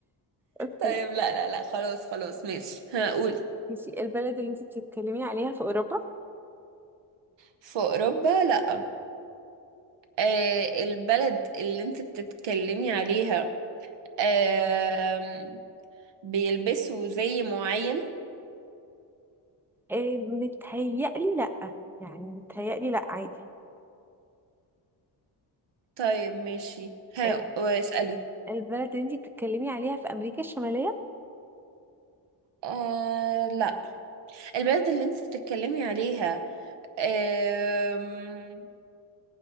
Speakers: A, in the centre; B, on the right.
A: <laughs> اوكي
B: طيب لا لا لا خلاص خلاص ماشي هقول
A: ماشي البلد اللي انت بتتكلمي عليها في اوروبا
B: في أوروبا لا آه، البلد اللي انت بتتكلمي عليها آم، بيلبسوا زي معين
A: آه، متهيألي لأ يعني متهيألي لأ عادي
B: طيب ماشي ها
A: آه،
B: اسألي
A: البلد اللي انت بتتكلمي عليها في امريكا الشمالية
B: آه لا البلد اللي انت بتتكلمي عليها أم...